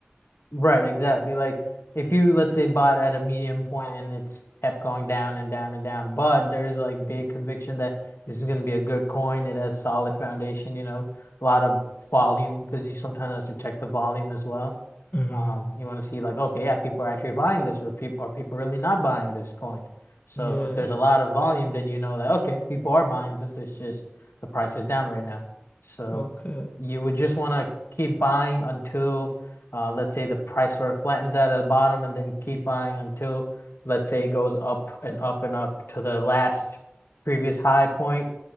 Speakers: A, on the left (about 85°); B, on the left (about 45°).
A: Right, exactly. Like if you let's say bought at a medium point and it's kept going down and down and down, but there's like big conviction that this is going to be a good coin. It has solid foundation, you know, a lot of volume because you sometimes have to check the volume as well.
B: Mm-hmm.
A: Um, you want to see like, okay, yeah, people are actually buying this, or people are people really not buying this coin. So
B: Yeah.
A: if there's a lot of volume, then you know that okay, people are buying this. It's just the price is down right now. So
B: Okay.
A: you would just want to keep buying until. Uh, let's say the price sort of flattens out at the bottom and then keep buying until, let's say, it goes up and up and up to the last previous high point,